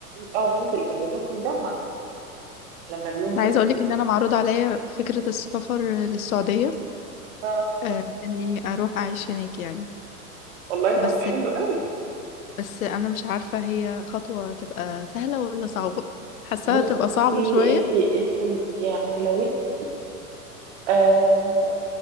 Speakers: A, on the right; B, on the left.
A: اه بننزل اجازات بنجمع لما بننزل
B: انا عايزه اقولك ان انا معروض عليا فكره السفر للسعوديه
A: اه
B: آه، اني اروح اعيش هناك يعني
A: والله طب
B: بس
A: ما حلو قوي
B: بس انا مش عارفه هي خطوه تبقى سهله ولا صعبه حاساها
A: بصي
B: تبقى صعبه شويه
A: انت انت يعني لو انت آه